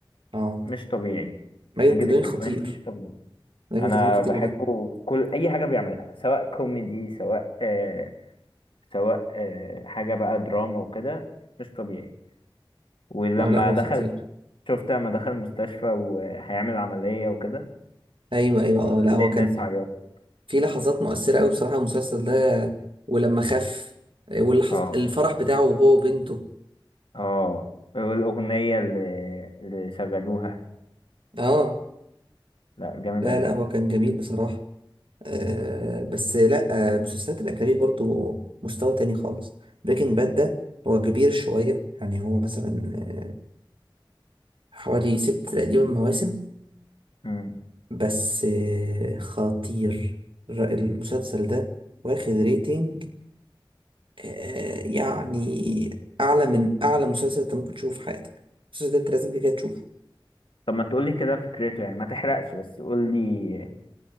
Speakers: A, on the right (about 75°); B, on the left (about 80°).
A: اه
B: مش طبيعي
A: ماجد
B: ماجد
A: الكدواني
B: الكدواني
A: خطير
B: مش طبيعي
A: ماجد
B: انا
A: الكدواني خطير
B: بحبه
A: بجد
B: في كل اي حاجه بيعملها سواء كوميدي سواء آه سواء آه حاجه بقى دراما وكده مش طبيعي ولما
A: اه لا هو
B: دخل
A: خطير
B: شفت لما دخل المستشفى وهيعمل عمليه وكده
A: ايوه ايوه
B: كل
A: اه لا هو
B: الناس
A: كان
B: عيطت
A: في لحظات مؤثره قوي بصراحه المسلسل ده ولما خف واللحظات
B: اه
A: الفرح بتاعه وهو وبنته
B: اه والاغنيه اللي اللي شغلوها
A: اه
B: لا جامد
A: لا
B: قوي
A: لا هو كان جميل بصراحه آه بس لا آه، المسلسلات الاجنبيه برضو مستوى تاني خالص بريكنج باد ده هو كبير شويه يعني هو مثلا آه، حوالي ست تقريبا مواسم
B: مم.
A: بس آه، خطير الر- المسلسل ده واخد ريتنج آه، يعني اعلى من اعلى مسلسل انت ممكن تشوفه في حياتك المسلسل ده انت لازم كده كده تشوفه
B: طب ما تقولي كده فكرته يعني ما تحرقش بس قولي